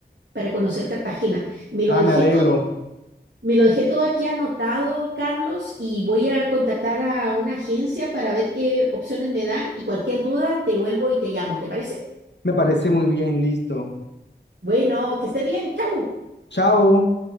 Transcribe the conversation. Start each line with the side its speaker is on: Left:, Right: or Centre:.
Right: para conocer Cartagena. Me
Left: Ah,
Right: lo dejé
Left: me alegro.
Right: todo, me lo dejé todo aquí anotado, Carlos, y voy a contactar a una agencia para ver qué opciones me dan y cualquier duda te vuelvo y te llamo, ¿te parece?
Left: Me parece muy bien, listo.
Right: Bueno, que estés bien, chau.
Left: Chao.